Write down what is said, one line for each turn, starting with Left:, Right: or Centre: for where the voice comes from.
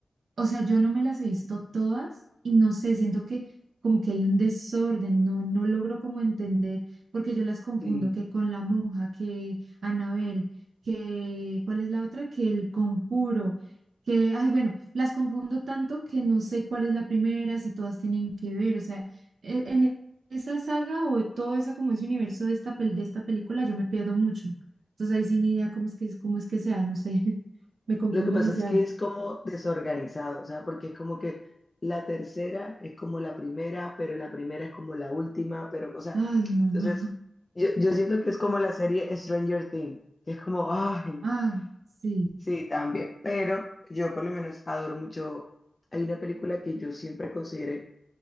Right: O sea, yo no me las he visto todas y no sé, siento que como que hay un desorden, no, no logro como entender, porque yo las confundo
Left: Sí.
Right: que con la monja, que Anabel, que ¿cuál es la otra? Que el conjuro, que, ay, bueno, las confundo tanto que no sé cuál es la primera, si todas tienen que ver, o sea, e- en e- esa saga o todo ese como ese universo de esta, pel- de esta película yo me pierdo mucho. Entonces ahí sin idea cómo es que, cómo es que sea, no sé, <laughs> me confundo
Left: Lo que pasa
Right: demasiado.
Left: es que es como desorganizado, o sea, porque es como que la tercera es como la primera, pero la primera es como la última, pero, o sea,
Right: Ay, no,
Left: entonces
Right: no.
Left: yo, yo siento que es como la serie Stranger Things, que es como, ay,
Right: Ah, sí.
Left: sí, también, pero yo por lo menos adoro mucho, hay una película que yo siempre consideré,